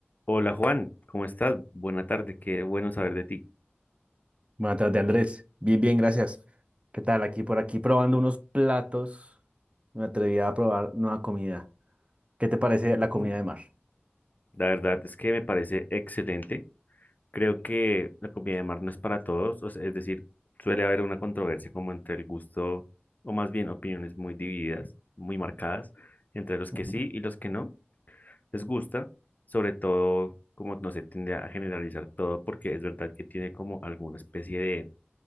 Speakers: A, on the left (about 40°); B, on the right (about 30°).
A: Hola Juan, ¿cómo estás? Buena tarde, qué bueno saber de ti.
B: Buenas tardes, Andrés. Bien, bien, gracias. ¿Qué tal? Aquí por aquí probando unos platos. Me atreví a probar nueva comida. ¿Qué te parece la
A: Mm,
B: comida de mar?
A: La verdad es que me parece excelente. Creo que la comida de mar no es para todos, o sea, es decir, suele haber una controversia como entre el gusto, o más bien opiniones muy divididas, muy marcadas, entre los
B: Ujú.
A: que sí y los que no les gusta, sobre todo como no se tiende a generalizar todo porque es verdad que tiene como alguna especie de,